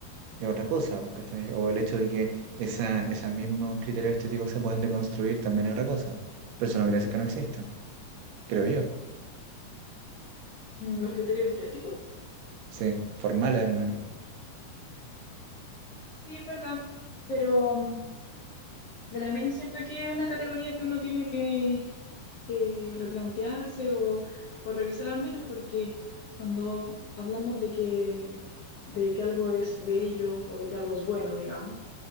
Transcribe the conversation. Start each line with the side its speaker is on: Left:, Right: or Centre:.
Right: es otra cosa, pues, ¿cachai? O el hecho de que esa, esos mismos criterios estéticos se puedan deconstruir también es otra cosa. Pero eso no quiere decir que no existan, creo yo.
Left: Mm, los criterios estéticos.
Right: Sí, formales al menos. O
Left: Sí, es verdad. Pero Pero también es cierto que es una categoría que uno tiene que, que replantearse o, o revisar al menos, porque cuando hablamos de que, de que algo es bello o de que algo es bueno, digamos,